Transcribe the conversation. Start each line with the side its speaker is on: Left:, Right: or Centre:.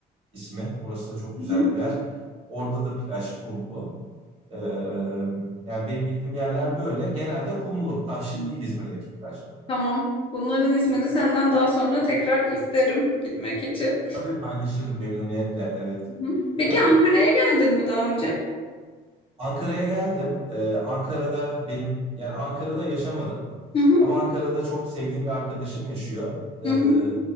Right: ismi. Orası da çok güzel
Left: Hı hı.
Right: bir yer. Orada da plaj kumlu. E, yani benim bildiğim yerler böyle. Genelde kumlu. Taşlı
Left: Hı.
Right: değil İzmir'deki plajlar.
Left: Tamam. Bunların ismini senden daha sonra tekrar isterim gitmek için.
Right: Tabii paylaşırım memnuniyetle evet.
Left: Hı hı. Peki
Right: Yani
Left: Ankara'ya geldin mi daha önce?
Right: Ankara'ya geldim. Ee, Ankara'da benim yani Ankara'da yaşamadım.
Left: Hı hı.
Right: Ama Ankara'da çok sevdiğim bir arkadaşım yaşıyor. Ee,
Left: Hı hı.